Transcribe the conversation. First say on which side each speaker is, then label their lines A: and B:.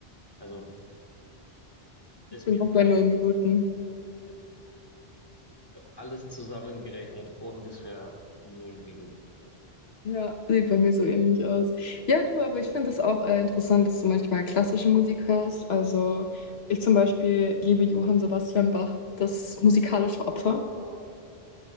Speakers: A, on the left; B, on the left.
A: also
B: Ich
A: ist
B: bin
A: mir
B: auch
A: eigentlich
B: bei neun Minuten.
A: so alles zusammengerechnet ungefähr null Minuten. Ja.
B: Ja, sieht bei mir so ähnlich aus. Ja, du, aber ich finde es auch äh, interessant, dass du manchmal klassische Musik hörst. Also ich zum Beispiel liebe Johann Sebastian Bach, das musikalische Opfer.
A: Oh,